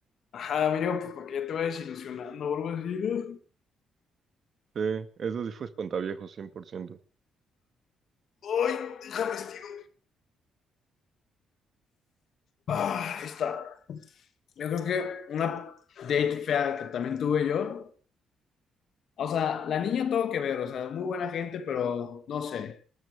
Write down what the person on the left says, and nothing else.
ajá, mínimo, pues porque ya te vayas ilusionando o algo así, ¿no?
Ay, déjame estiro. Ah, ahí está. Yo creo que una date fea que también tuve yo. O sea, la niña todo que ver, o sea, muy buena gente, pero no sé,